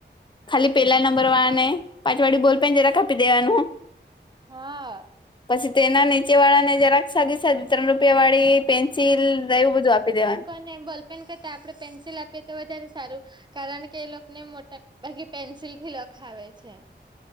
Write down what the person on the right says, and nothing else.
હા.
ને બોલપેન કરતા આપણે પેન્સિલ આપીએ તો વધારે સારું કારણ કે એ લોકોને મોટા ભાગે પેન્સિલથી લખાવે છે.